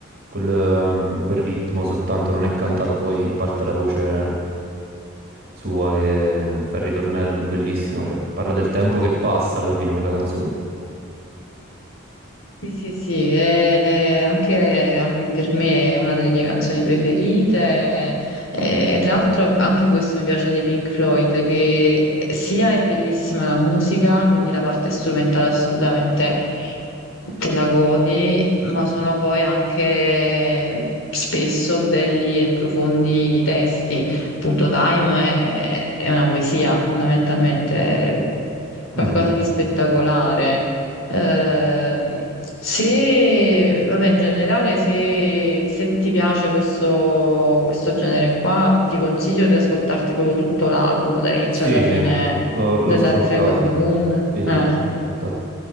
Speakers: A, on the right; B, on the left.
A: quel, ehm, quel ritmo soltanto, non è cantato, poi parte la voce sua che fa il ritornello bellissimo, cioè parla del tempo che passa alla fine quella canzone.
B: Sì, sì, sì, e anche ehm, per me è una delle mie canzoni preferite. E tra l'altro anche questo mi piace dei Pink Floyd, che sia è bellissima la musica, quindi la parte strumentale assolutamente te la godi, ma sono poi anche spesso belli e profondi i testi. Appunto, Time è, è una poesia fondamentalmente, qualcosa
A: Mhm.
B: di spettacolare. Ehm, se, vabbè, in generale, se, se ti piace questo, questo genere qua, ti consiglio di ascoltarti proprio tutto l'album, dall'inizio
A: Sì,
B: alla fine,
A: sì, l'ho l'ho
B: The
A: ascoltato,
B: Dark Side of the
A: sì.
B: Moon.
A: Sì, sì,
B: Eh,
A: l'ho ascoltato.